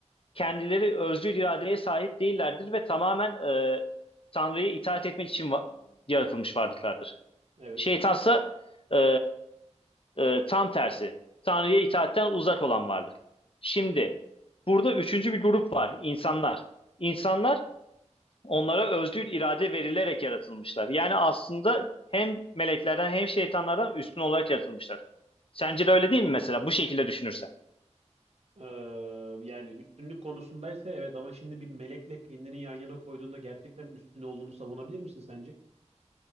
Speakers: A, on the left; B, on the right.
A: kendileri özgür iradeye sahip değillerdir ve tamamen e, Tanrı'ya itaat etmek için va- yaratılmış varlıklardır.
B: Evet.
A: Şeytansa e, e, tam tersi. Tanrı'ya itaatten uzak olan varlık. Şimdi burada üçüncü bir grup var. insanlar. İnsanlar onlara özgür irade verilerek yaratılmışlar. Yani aslında hem meleklerden hem şeytanlardan üstün olarak yaratılmışlar. Sence de öyle değil mi mesela bu şekilde düşünürsen?
B: Ee, yani üstünlük konusundaysa evet ama şimdi bir melekle kendini yan yana koyduğunda gerçekten üstün olduğunu savunabilir misin sence?